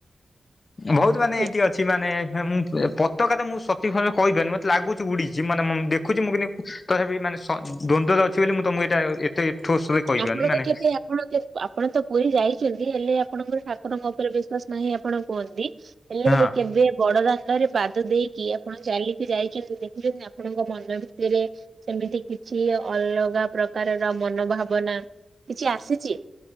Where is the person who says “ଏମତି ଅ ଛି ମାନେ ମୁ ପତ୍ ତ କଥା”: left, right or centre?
Left